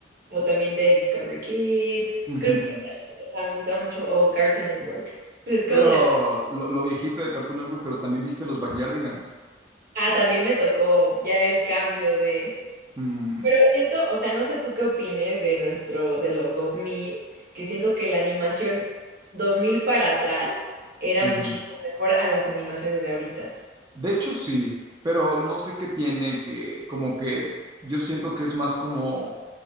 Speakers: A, on the right; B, on the right.
A: O también de Discovery Kids.
B: Ujú.
A: Creo que también, o sea, me gustaba mucho. O Cartoon Network. Es como
B: Pero
A: de la...
B: lo, lo viejito de Cartoon Network, pero también viste los Backyardigans.
A: Ah, también me tocó ya el cambio de...
B: Mm,
A: Pero siento, o sea, no sé tú qué opines de nuestro, de los dos mil que siento que la animación 2000 para atrás era
B: ujú.
A: muchísimo mejor a las animaciones de ahorita.
B: De hecho, sí, pero no sé qué tiene que, como que yo siento que es más como